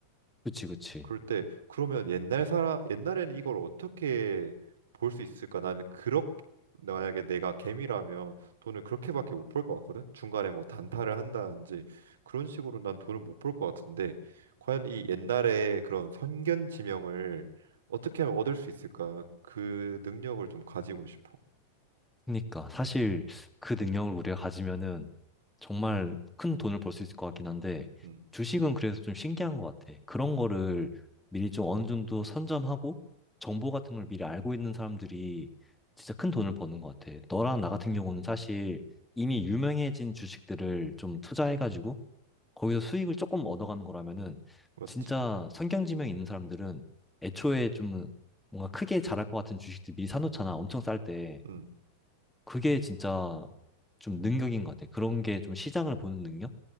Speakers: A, in the centre; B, on the right.
A: 그치, 그치.
B: 그럴 때 그러면 옛날 사람 옛날에는 이걸 어떻게 볼 수 있을까? 나는 그렇게 만약에 내가 개미라면 돈을 그렇게밖에 못 벌 것 같거든. 중간에 뭐 단타를 한다든지 그런 식으로 난 돈을 못 벌 것 같은데 과연 이 옛날에 그런 선견 지명을 어떻게 하면 얻을 수 있을까? 그 능력을 좀 가지고 싶어.
A: 그러니까 사실 그 능력을 우리가 가지면은 정말 큰 돈을 벌 수 있을 것 같긴 한데
B: 음,
A: 주식은 그래서 좀 신기한 것 같아. 그런 거를 미리 좀 어느 정도 선점하고 정보 같은 걸 미리 알고 있는 사람들이 진짜 큰 돈을 버는 것 같아. 너랑
B: 음,
A: 나 같은 경우는 사실 이미 유명해진 주식들을 좀 투자해가지고 거기서 수익을 조금 얻어가는 거라면은
B: 맞지.
A: 진짜 선경지명 있는 사람들은 애초에 좀 뭔가 크게 자랄 것 같은 주식들 미리 사놓잖아. 엄청 쌀 때.
B: 음.
A: 그게 진짜 좀 능력인 것 같아. 그런 게 좀 시장을 보는 능력?